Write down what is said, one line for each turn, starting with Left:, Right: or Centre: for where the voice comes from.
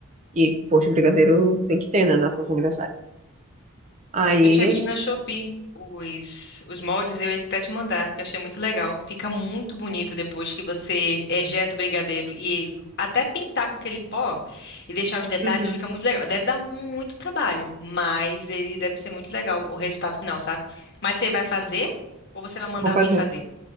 Right: E, poxa, brigadeiro tem que ter, né, na festa de aniversário. Aí
Left: Eu tinha
Right: é
Left: visto
Right: isso.
Left: na Shopee os, os moldes, eu ia até te mandar, porque eu achei muito legal. Fica muito bonito depois que você ejeta o brigadeiro e até pintar com aquele pó e deixar os detalhes,
Right: Uhum.
Left: fica muito legal. Deve dar muito trabalho, mas ele deve ser muito legal, o resultado final, sabe? Mas você vai fazer ou você vai mandar
Right: Vou fazer.
Left: alguém fazer?